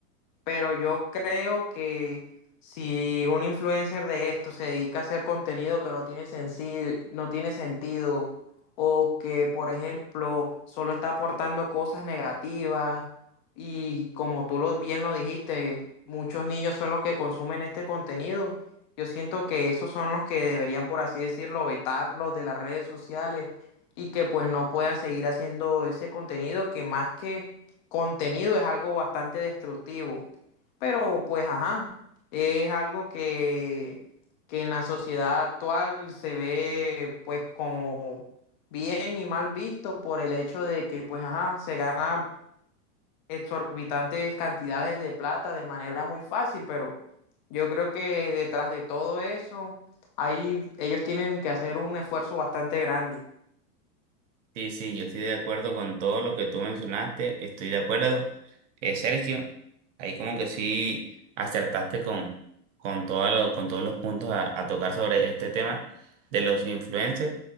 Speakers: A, on the left; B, on the right.
A: pero yo creo que si un influencer de esto se dedica a hacer contenido que no tiene sensi- no tiene sentido o que, por ejemplo, solo está aportando cosas negativas y como tú lo, bien lo dijiste, muchos niños son los que consumen este contenido. Yo siento que esos son los que deberían, por así decirlo, vetarlos de las redes sociales y que pues no puedan seguir haciendo ese contenido que más que contenido es algo bastante destructivo. Pero pues ajá, es algo que, que en la sociedad actual se ve pues como bien y mal visto por el hecho de que pues ajá, se ganan exorbitantes cantidades de plata de manera muy fácil, pero yo creo que detrás de todo eso, ahí ellos tienen que hacer un esfuerzo bastante grande.
B: Sí, sí, yo estoy de acuerdo con todo lo que tú mencionaste, estoy de acuerdo. Eh, Sergio, ahí como que sí acertaste con, con, todo lo- con todos los puntos a, a tocar sobre este tema de los influencers,